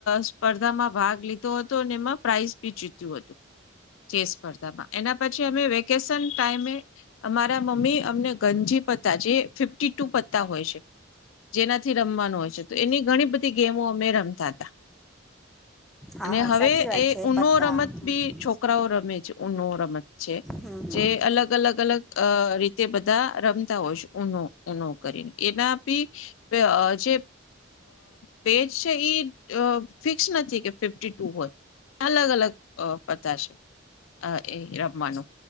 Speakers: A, on the left (about 75°); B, in the centre.
A: સ્પર્ધામાં ભાગ લીધો હતો અને એમાં પ્રાઈઝ બી જીત્યું હતું જે સ્પર્ધામાં એના પછી અમે વેકેશન ટાઈમે અમારા મમ્મી અમને ગંજી પતા જે ફફ ટુ હોય છે જેનાથી રમવાનું હોય છે તો એની ઘણી બધી ગેમો અમે રમતા હતા
B: હા
A: અને
B: હા
A: હવે
B: સાચી વાત
A: એ
B: છે
A: ઊનો
B: પત્તા
A: રમત
B: હમ
A: બી છોકરાઓ રમે છે ઉ નૂમ છે
B: હમ
A: જે અલગ અલગ અલગ અ રીતે બધા રમતા હોય છે ઉનો ઉનો એનાી જે પેજ છે એ ફિક્સ નથી કે ફિફી ટુ હોય અલગ અલગ પતા છે એ રમવાનું